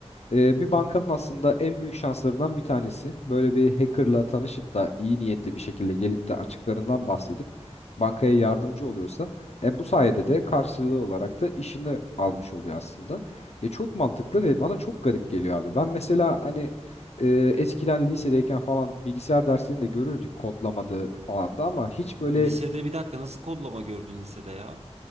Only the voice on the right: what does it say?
Lisede bir dakika nasıl kodlama gördün lisede ya?